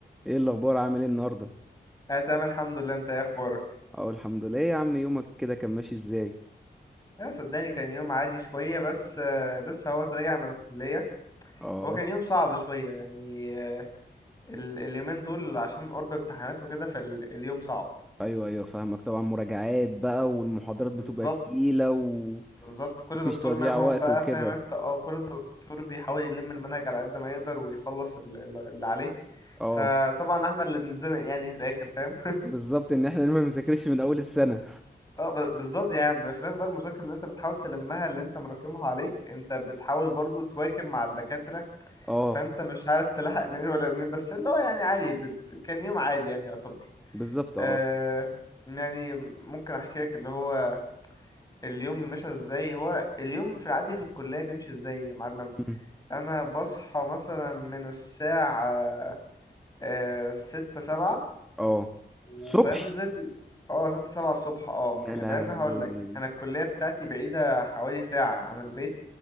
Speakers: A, in the centre; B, on the left.
A: ايه الاخبار عامل ايه النهارده
B: انا تمام الحمد لله انت ايه اخبارك
A: اه الحمد لله إيه يا عم يومك كده كان ماشي ازاي
B: لا صدقني كان يوم عادي شويه بس آه، لسه هو راجع من الكليه
A: اه
B: هو كان يوم صعب شويه يعني آه، ال- اليومين دول عشان قرب امتحانات وكده فاليوم صعب
A: ايوه ايوه فاهمك طبعا مراجعات بقى والمحاضرات بتبقى
B: بالظبط
A: تقيله ومفيش
B: بالظبط كل دكتور
A: تضييع
B: منهم
A: وقت
B: بقى
A: وكده
B: فاهم انت اه كل دكتور بيحاول يلم المنهج على قد ما يقدر ويخلص ال- ال- اللي عليه
A: اه
B: فطبعا احنا اللي بنتزنق يعني في الاخر فاهم <laughs>
A: بالظبط ان احنا <laughs> ما بنذاكرش من اول السنه
B: اه ب- بالظبط يعني بخلاف بقى المذاكرة اللي انت بتحاول تلمها اللي انت مراكمها عليك انت بتحاول برضو تواكب مع الدكاترة
A: اه
B: فانت مش عارف تلحق منين ولا منين بس اللي هو يعني عادي ب... ب- كان يوم عادي يعني يعتبر
A: بالظبط
B: آه
A: اه
B: يعني ممكن احكي لك اللي هو اليوم مشى ازاي هو اليوم في العادي في الكلية بيمشي ازاي يا معلم
A: مم.
B: انا بصحى مثلا من الساعة آه ستة سبعة
A: اه
B: وبنزل
A: الصبح
B: اه ستة سبعة الصبح اه
A: يا
B: يعني
A: لهوي
B: لان هقول لك انا الكلية بتاعتي بعيدة حوالي ساعة عن البيت